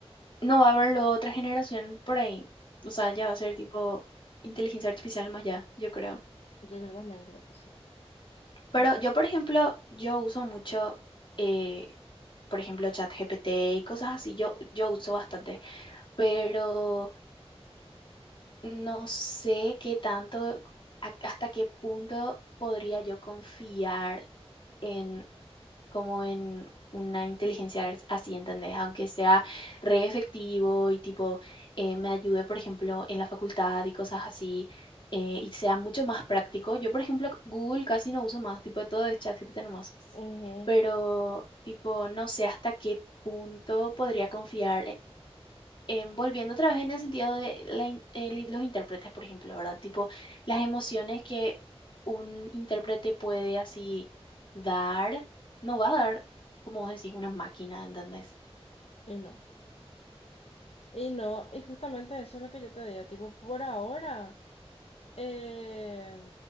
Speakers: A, on the left; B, on the left.
A: no va a haber luego otra generación por ahí. O sea,
B: Sí.
A: ya va a ser tipo inteligencia artificial más allá, yo creo.
B: Yo creo también, creo que sí.
A: Pero
B: Creo que
A: yo, por ejemplo, yo uso mucho, eh, por ejemplo, ChatGPT y cosas así, yo, yo uso bastante, pero no sé qué tanto, a- hasta qué punto podría yo confiar. En, como en una inteligencia ar- así, ¿entendés? Aunque sea re efectivo y tipo eh, me ayude, por ejemplo, en la facultad y cosas así, eh, y sea mucho más práctico. Yo, por ejemplo, Google casi no uso más, tipo todo es ChatGPT nomás,
B: ujú,
A: pero tipo no sé hasta qué punto podría confiar em, volviendo otra vez en el sentido de la in- el- los intérpretes, por ejemplo, ¿verdad? Tipo, las emociones que un intérprete puede así dar, no va a dar, como vos decís, una máquina, ¿entendés?
B: Y no, y no, y justamente eso es lo que yo te digo, tipo, por ahora eh,